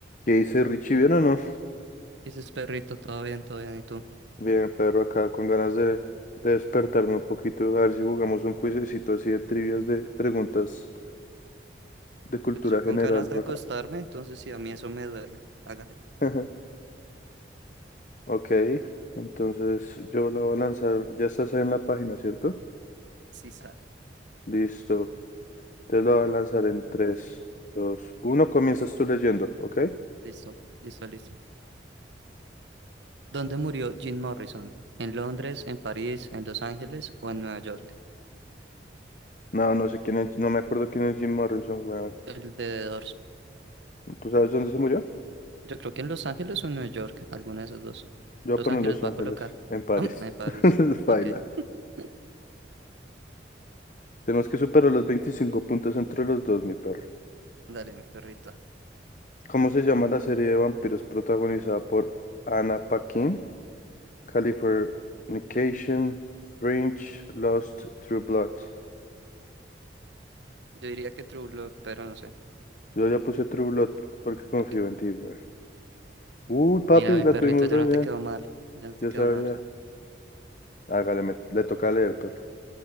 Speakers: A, on the left (about 45°); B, on the right (about 85°).
A: ¿Qué dice Richie? ¿Bien o no?
B: Y dices, perrito, todo bien, todo bien, ¿y tú?
A: Bien, Pedro, acá con ganas de, de despertarme un poquito, a ver si jugamos un cuisecito así de trivias de preguntas de cultura
B: Pues yo
A: general,
B: con ganas
A: bro.
B: de acostarme, entonces sí, a mí eso me duerme. Hágale.
A: <laughs> Ok, entonces yo la voy a lanzar, ya estás ahí en la página, ¿cierto?
B: Sí, está.
A: Listo, te la voy a lanzar en tres, dos, uno. comienzas tú leyendo, ¿ok?
B: Listo, listo, listo. ¿Dónde murió Jim Morrison? ¿En Londres, en París, en Los Ángeles o en Nueva York?
A: No, no sé quién es, no me acuerdo quién es Jim Morrison, weón.
B: El de The Doors.
A: ¿Tú sabes dónde se murió?
B: Yo creo que en Los Ángeles o en Nueva York, alguna de esas dos.
A: Yo voy
B: Los
A: a poner
B: Ángeles
A: Los
B: va
A: Ángeles,
B: a colocar.
A: en París.
B: Ah, en París.
A: <laughs> Baila.
B: Ok. <laughs>
A: Tenemos que superar los 25 puntos entre los dos, mi perro.
B: Dale, mi perrito.
A: ¿Cómo se llama la serie de vampiros protagonizada por Anna Paquin? Californication, Fringe, Lost, True Blood.
B: Yo diría que True Blood, pero no sé.
A: Yo ya puse True Blood porque confío
B: Ok.
A: en ti, güey. Uy, papi,
B: Mira, mi
A: la
B: perrito,
A: tuvimos
B: ya
A: re
B: no
A: bien.
B: te quedó mal. Ya no te
A: Yo
B: quedó
A: sabía.
B: mal.
A: Hágale, me- le toca leer, perro.